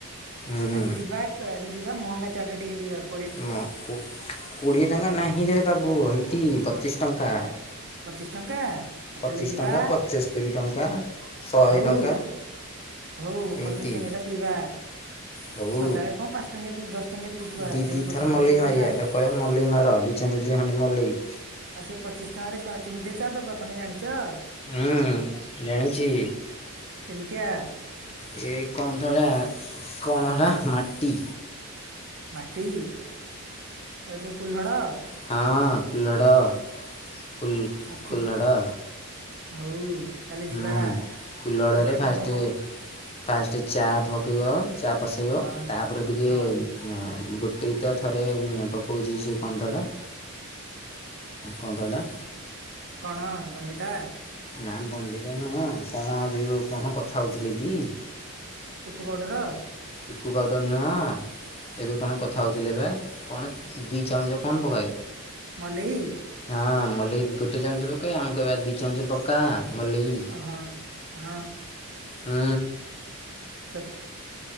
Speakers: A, on the left; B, on the right.
A: ହୁଁ
B: ଆଜି ଯିବାକୁ ଆଜି ଯିବା ମହଙ୍ଗା ଚା ଟା ଟିକେ ପିଇିବାକୁ।
A: ମ କୁ କୁକୋଡିଏ ଟଙ୍କା ନାହିଁ ରେ ବାବୁ ହେଇତି ପଚିଶ୍ ଟଙ୍କା।
B: ପଚିଶ ଟଙ୍କା ଆଉ
A: ପଚିଶି
B: ତାହେଲେ ଯିବା
A: ଟଙ୍କା, ପଚସ୍ତରୀ ଟଙ୍କା, ଶହେ
B: ହଉ
A: ଟଙ୍କା।
B: ହଉ
A: ଏମିତି
B: ପଚିଶ ଟଙ୍କିଆ ଟା ପିଇବା
A: ହଉ।
B: ସଦାବେଳେ କଣ ପାଞ୍ଚ ଟଙ୍କିଆ ପିଉ ଦଶ ଟଙ୍କିଆ ପିଉଥିବା
A: ଦି ଦି
B: କେବେ
A: ଦିଥର
B: ପଚିଶ
A: ମଲେଇ
B: ଟଙ୍କିଆ ପିଇବା
A: ମାଗିବା ତାକୁ କହିବା ମଲେଇ ମାର ଦି ଚାମଚି ଏ ଖଣ୍ଡେ ମଲେଇ।
B: ଆଉ ସେ ପଚିଶି ଟଙ୍କାରେ କ କେମିତଆ ଚା ଦବ ତମେ ଜାଣିଚ?
A: ହୁଁ ହୁଁ, ଜାଣିଛି।
B: କେମିତିଆ?
A: ଜେ ଏ କଣ ତ ସଇଟା କଣ ହେଟା ମାଟି।
B: ମାଟି, ଏଇ ଯୋଉ କୁହ୍ଳଡ।
A: ହଁ, କୁଲ୍ଲଡ଼ ପୁଲ
B: ଓକେ
A: କୁଲ୍ଲଡ଼।
B: ହଉ। ତାହେଲେ
A: ହୁଁ,
B: ଯିବା
A: କୁଲ୍ଲଡ଼ରେ
B: ସେଥିରେ
A: ଫାଷ୍ଟେ
B: କଣ କଣ ପକେ
A: ଫାଷ୍ଟେ ଚା ପକେଇବ ଚା ପସେଇବ
B: ହଁ
A: ତାପରେ ଟିକଏ
B: ହଁ
A: ହଁ, ଗୋଟେ ଇତ ଥରେ ପକଉଛି ସେ କଣତ ହେଟା? କଣତ ହେଟା?
B: କଣ ବୋନବିଟା?
A: ନା ବୋନବିଟା ନୁହଁ କଣ ଆଜି ଗ କଣ କଥା ହଉଥିଲି ଟି।
B: ଟୁକୁ ପାଉଡର।
A: ଟୁକୁ ପାଉଡ଼ର ନୁହଁ ଏବେ କଣ କଥା ହେଉଥିଲେ ବା କଣ? ଦି ଚାମଞ୍ଚ କଣ ପକାଏ?
B: ମଲେଇ।
A: ହଁ, ମଲେଇ ଗୋଟେ ଚାମଚ ପକେଇ ଆମକୁ କହିବା ଦି ଚାମଚ ପକା ମଲେଇ।
B: ଅ, ହଁ, ହଁ।
A: ହୁଁ।
B: ସଥ।